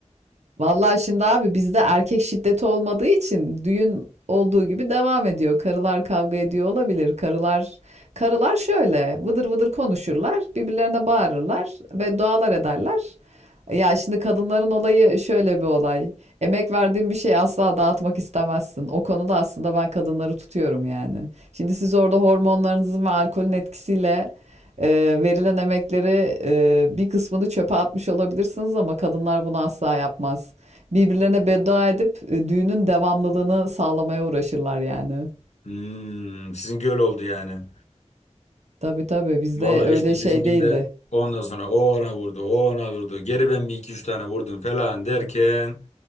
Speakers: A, on the right (about 65°); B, on the left (about 65°).
A: Vallahi şimdi abi bizde erkek şiddeti olmadığı için düğün olduğu gibi devam ediyor. Karılar kavga ediyor olabilir. Karılar karılar şöyle vıdır vıdır konuşurlar, birbirlerine bağırırlar, beddualar ederler. Ya şimdi kadınların olayı şöyle bir olay. Emek verdiğin bir şeyi asla dağıtmak istemezsin. O konuda aslında ben kadınları tutuyorum yani. Şimdi siz orada hormonlarınızın ve alkolün etkisiyle Eee, verilen emekleri eee, bir kısmını çöpe atmış olabilirsiniz ama kadınlar bunu asla yapmaz. Birbirlerine beddua edip e, düğünün devamlılığını sağlamaya uğraşırlar yani.
B: Hmm, sizinki öyle oldu yani.
A: Tabii tabii bizde
B: Vallahi
A: öyle
B: işte
A: şey
B: bizimkinde
A: değildi.
B: ondan sonra o ona vurdu, o ona vurdu. Geri ben bir iki üç tane vurdum falan derken